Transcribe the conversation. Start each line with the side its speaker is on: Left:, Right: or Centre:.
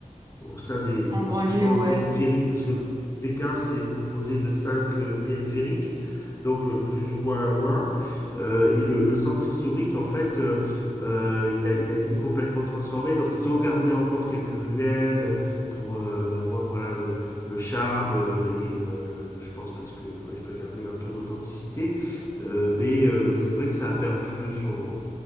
Left: au sein des, des
Right: en
Left: différentes
Right: banlieue, ouais,
Left: périphéries, parce que Pékin, c'est composé de cinq euh, périphériques, donc euh, plus ou moins loin. Euh, et le, le centre historique, en fait, euh, euh, il a, il a été complètement transformé. Donc, ils ont gardé encore quelques ruelles pour euh, avoir voilà, le, le charme. euh, et euh, je pense parce que ouais, il faut garder un peu d'authenticité. Euh, mais euh, c'est vrai que ça a perdu de son,